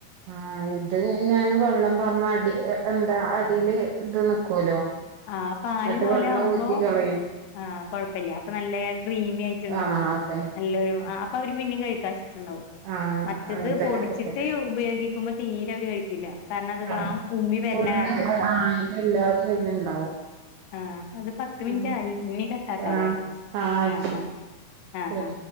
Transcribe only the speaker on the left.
ആ പാല്
പോലെ
ആമ്പോ
ആ കൊഴപ്പല്ല്യ അപ്പ നല്ല ക്രീമി ആയിട്ട്ണ്ടാവും
നല്ലൊരു
ആ അപ്പവര് പിന്നേം കഴിക്കും ഇഷ്ടണ്ടാവും
മറ്റത്
പൊടിച്ചിട്ട്
ഉപയോഗിക്കുമ്പോ തീരെ അവര് കഴിക്കില്ല കാരണം അത്
വാം ഉമി വരുന്ന
കാരണം
ആ അത് പത്ത് മിൻറ്റ്
ആയി ഇനികട്ടാക്കാലേ
ആ ആ ആ
ആ